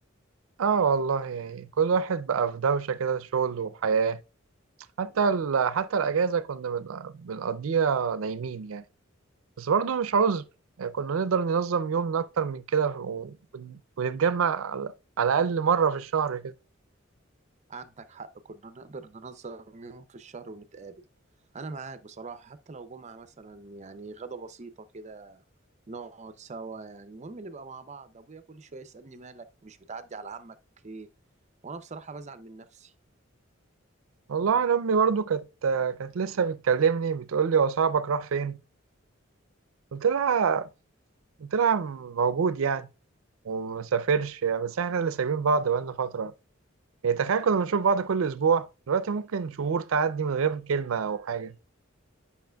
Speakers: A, on the right; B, on the right.
A: اه والله يعني كل واحد بقى في دوشة كده شغل وحياة حتى ال... حتى الأجازة كنا بن- بنقضيها نايمين يعني بس برضه مش عذر يعني كنا نقدر ننظم يومنا أكتر من كده و... ونتجمع على... على الأقل مرة في الشهر كده
B: عندك حق كنا نقدر ننظم يوم في الشهر ونتقابل انا معاك بصراحة حتى لو جمعة مثلا يعني غدا بسيطة كده نقعد سوا يعني المهم نبقى مع بعض ابويا كل شوية يسألني مالك مش بتعدي على عمك ليه وانا بصراحة بزعل من نفسي
A: والله انا امي برضو كانت كانت لسه بتكلمني بتقول لي هو صاحبك راح فين قلت لها قلت لها موجود يعني ومسافرش بس احنا اللي سايبين بعض بقالنا فتره يعني تخيل كنا بنشوف بعض كل اسبوع دلوقتي ممكن شهور تعدي من غير كلمه او حاجه